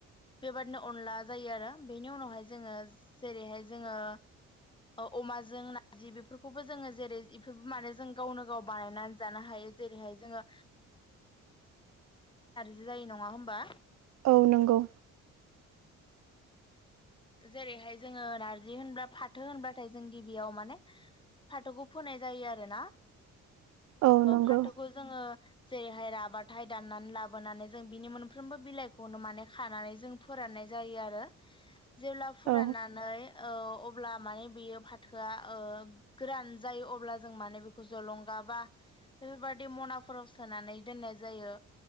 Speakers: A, on the left (about 15°); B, on the right (about 60°).
A: बेबादिनो अनला जायो आरो बेनि उनावहाय जोङो जेरैहाय जोङो अमाजों नारजि बेफोरखौबो जोङो जेरै इफोरबो माने जों गावनो गाव बानायनानै जानो हायो जेरैहाय जोङो बिदि जायो नङा होमबा
B: औ नंगौ।
A: जेरैहाय जोङो नारजि होनबा फाथो होनबाथाय जों गिबियाव माने फाथोखौ फोनाय जायो आरो ना
B: औ नंगौ
A: फाथोखौ जोङो जेरैहाय राबाथायाइ दाननानै लाबोनानै जों बिनि मोनफ्रोमबो बिलाइखौनो माने खानानै जों फोराननाय जायो आरो जेब्ला फोराननानै
B: औ
A: अब्ला माने बियो फाथोआ गोरान जायो अब्ला जों माने बेखौ जलंगा। बेफोरबायदि मनाफोराव सोनानै दोननाय जायो